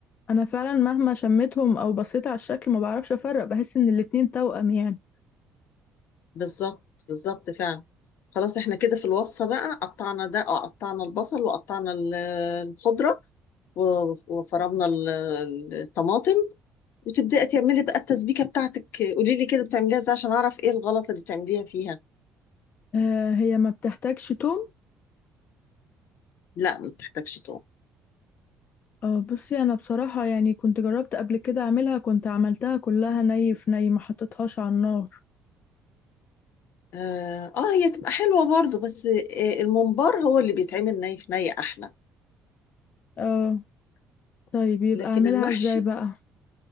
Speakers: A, on the left (about 45°); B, on the left (about 65°).
A: انا فعلا مهما شميتهم او بصيت على الشكل ما بعرفش افرق بحس ان الاتنين توأم يعني
B: بالظبط بالظبط فعلا خلاص احنا كده في الوصفه بقى قطعنا ده اه قطعنا البصل وقطعنا ال- الخضره و- وفرمنا ال- الطماطم وتبداي تعملي بقى التسبيكه بتاعتك قولي لي كده بتعمليها ازاي عشان اعرف ايه الغلط اللي بتعمليها فيها
A: آه هي ما بتحتاجش توم
B: لا ما بتحتاجش
A: اه بصي انا بصراحة يعني كنت جربت قبل كده اعملها كنت عملتها كلها ني في ني ما حطيتهاش على النار
B: آه, آه هي تبقى حلوة برضو بس آه الممبار هو اللي بيتعمل ني في ني أحلى
A: اه طيب يبقى
B: لكن
A: اعملها
B: المحشي
A: ازاي بقى